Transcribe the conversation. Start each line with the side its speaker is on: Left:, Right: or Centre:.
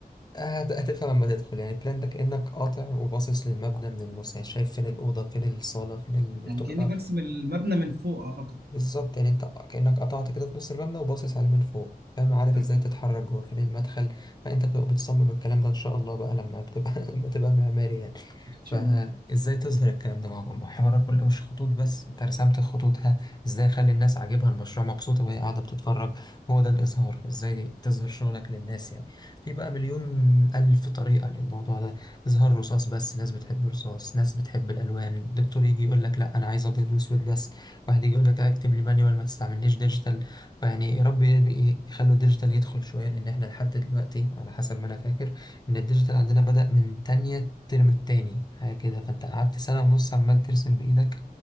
Left: هت- هتفهم لما تدخل يعني بلان ده كأنك قاطع وباصص للمبنى من النص يعني شايف فين الأوضة فين الصالة فين
Right: يعني
Left: الطرقة
Right: كاني برسم المبنى من فوق اعتقد
Left: بالظبط يعني انت كأنك قطعت كده في نص المبنى وباصص عليه من فوق فاهم عارف
Right: تمام
Left: ازاي تتحرك جوه فين المدخل فانت بتبقى بتصمم الكلام ده ان شاء الله بقى لما بتبقى <laughs> لما تبقى معماري يعني
Right: ان
Left: فازاي
Right: شاء الله
Left: تظهر الكلام ده معاكم حوار كل مش خطوط بس انت رسمت الخطوط ها ازاي اخلي الناس عاجبها المشروع مبسوطة وهي قاعدة بتتفرج هو ده الاظهار ازاي تظهر شغلك للناس يعني في بقى مليون الف طريقة للموضوع ده اظهار رصاص بس ناس بتحب الرصاص ناس بتحب الالوان دكتور يجي يقول لك لا انا عايز ابيض واسود بس واحد يجي يقول لك لا اكتب لي مانيوال ما تستعمليش ديجيتال فيعني يا رب ي- يخلوا الديجيتال يدخل شويه لان احنا لحد دلوقتي على حسب ما انا فاكر ان الديجيتال عندنا بدأ من تانية الترم التاني حاجه كده فانت قعدت سنه ونص عمال ترسم بايدك